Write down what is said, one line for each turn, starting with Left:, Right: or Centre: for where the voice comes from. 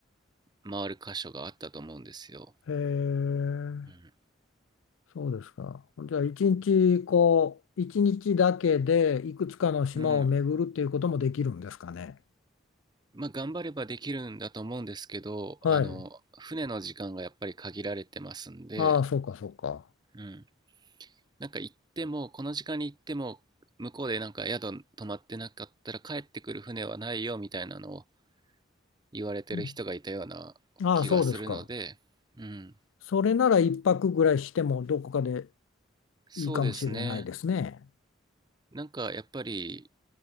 Right: 回る箇所があったと思うんですよ。
Left: え、へえ
Right: うん。
Left: そうですか。じゃあ一日こう一日だけでいくつかの島を巡るっていうこともできるんですかね。
Right: うん。まあ頑張ればできるんだと思うんですけど、
Left: はい。
Right: あの、船の時間がやっぱり限られてますんで、
Left: ああ、そうかそうか。
Right: うん。なんか行っても、この時間に行っても、向こうでなんか宿泊まってなかったら帰ってくる船はないよみたいなのを言われてる人がいたような気がするので、
Left: うんああ、そうですか。
Right: うん。
Left: それなら一泊ぐらいしてもどこかで
Right: そうですね。
Left: いいかもしれないですね。
Right: なんかやっぱり、